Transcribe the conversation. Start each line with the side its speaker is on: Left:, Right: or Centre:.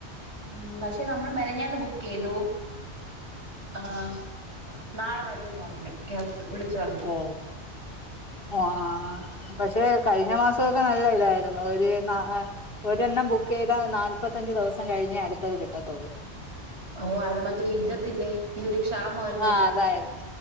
Right: ഉം പക്ഷെ നമ്മള് മെനഞ്ഞാന്ന് ബുക്ക് ചെയ്തു ആഹ് നാളെ വരൂന്ന് പറഞ്ഞു ഗ്യാസ് വിളിച്ചു പറഞ്ഞു
Left: ഓ ഓ ആഹ് പക്ഷെ കഴിഞ്ഞ മാസമൊക്കെ നല്ല ഇതായിരുന്നു ഒരു നാ ഹേ ഒരെണ്ണം ബുക്ക് ചെയ്താ നാല്പത്തഞ്ചച് ദിവസം കഴിഞ്ഞേ അടുത്തത് കിട്ടത്തുള്ളൂ
Right: ഓ അത് മറ്റേ യുദ്ധത്തിന്റെ ഇതില് ക്ഷാമമായിരുന്നെല്ലാം
Left: ആഹ് അതായിരുന്നു